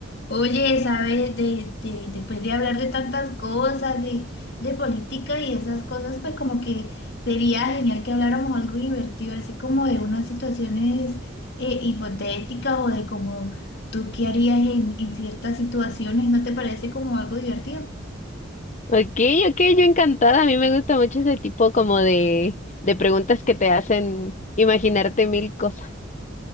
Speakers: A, on the left; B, on the left.
A: Oye, ¿sabes? De, de- después de hablar de tantas cosas, de, de política y esas cosas, pues como que sería genial que habláramos algo divertido, así como de unas situaciones eh, hipotéticas o de como tú qué harías en, en ciertas situaciones, ¿no te parece como algo divertido?
B: Okay, okay, yo encantada. A mí me gusta mucho ese tipo como de, de preguntas que te hacen imaginarte mil cosas.